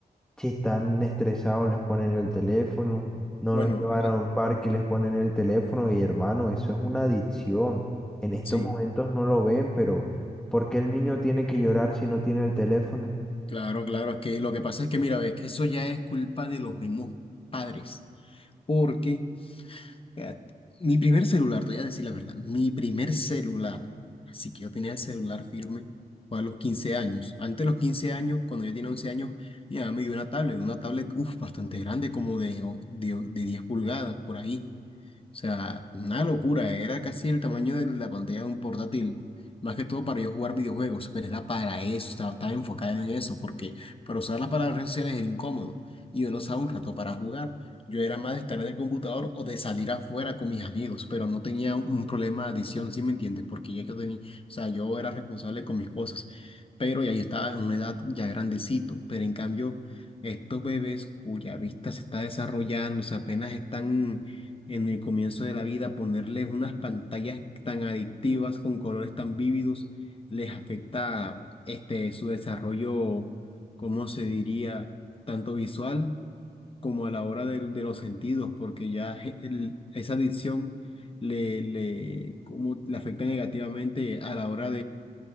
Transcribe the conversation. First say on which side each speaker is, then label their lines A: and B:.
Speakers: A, in the centre; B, on the left.
A: si están estresados, les ponen el teléfono, no
B: Bueno,
A: los llevan
B: y-
A: a un parque, les ponen el teléfono y hermano, eso es una adicción. En estos
B: sí,
A: momentos no lo ven, pero ¿por qué el niño tiene que llorar si no tiene el teléfono?
B: claro, claro, es que lo que pasa es que mira, es que eso ya es culpa de los mismos padres. Porque eh, mi primer celular, te voy a decir la verdad, mi primer celular, así que yo tenía el celular firme, fue a los 15 años. Antes de los 15 años, cuando yo tenía 11 años, mi mamá me dio una tablet, una tablet, uf, bastante grande, como de, o- de, o- de 10 pulgadas por ahí. O sea, una locura, era casi el tamaño de la pantalla de un portátil, más que todo para yo jugar videojuegos, pero era para eso, estaba, estaba enfocada en eso, porque para usarla para las redes sociales era incómodo y yo no usaba un rato para jugar. Yo era más de estar en el computador o de salir afuera con mis amigos, pero no tenía un, un problema de adicción, ¿sí me entiendes? Porque ya yo tenía, o sea, yo era responsable con mis cosas, pero ya yo estaba en una edad ya grandecito, pero en cambio, estos bebés cuya vista se está desarrollando, o sea, apenas están en el comienzo de la vida, ponerles unas pantallas tan adictivas con colores tan vívidos, les afecta este, su desarrollo, ¿cómo se diría? Tanto visual como a la hora del- de, los sentidos, porque ya je- el- esa adicción le, le, como, le afecta negativamente a la hora